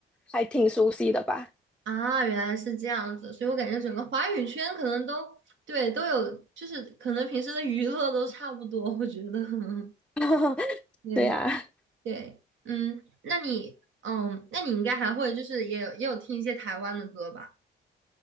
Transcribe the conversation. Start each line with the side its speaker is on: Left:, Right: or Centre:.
Centre: 还挺熟悉的吧。
Right: 啊，原来是这样子，所以我感觉整个华语圈可能都对都有，就是可能平时的娱乐都差不多，我觉得，<laughs>
Centre: <laughs>
Right: 对
Centre: 对呀、
Right: 对，嗯，那你嗯，那你应该还会就是也有也有听一些台湾的歌吧？